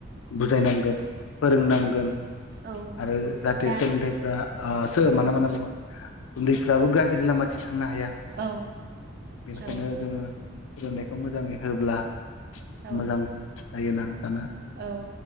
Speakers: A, on the left; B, on the right.
A: बुजायनांगोन फोरोंनांगोन
B: औ
A: आरो जाहाथे
B: दा
A: सोलोंथाइफ्रा ओ सोर मानो
B: औ
A: मा होनना बुंङो <unintelligible> ब्लाबो गाज्रि लामा थांनो हाया
B: औ
A: बेनिखायनो
B: औ
A: जोंङो गोजोननायखौ मोजांङै होब्ला
B: औ
A: मोजां जाय नांसाना
B: औ